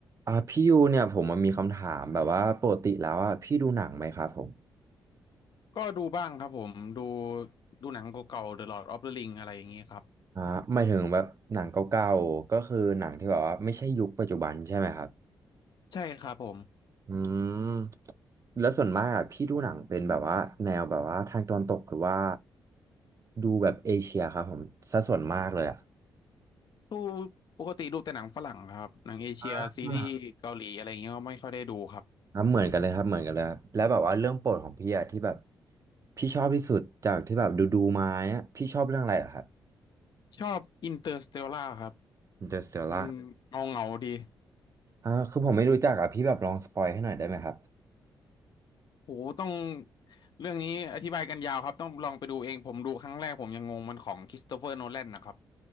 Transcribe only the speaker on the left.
ก็ดูบ้างครับผมดูดูหนังเก่าๆ The Lord of the Ring อะไรอย่างนี้ครับ
ใช่ครับผม
ดูปกติดูแต่หนังฝรั่งครับหนังเอเชียซีรีส์เกาหลีอะไรอย่างเงี้ยก็ไม่ค่อยได้ดูครับ
ชอบ Interstellar ครับ
มันเงาเงาดี
โหต้องเรื่องนี้อธิบายกันยาวครับ ต้องลองไปดูเอง ผมดูครั้งแรกผมยังงงมันของคริสโตเฟอร์โนแลนนะครับ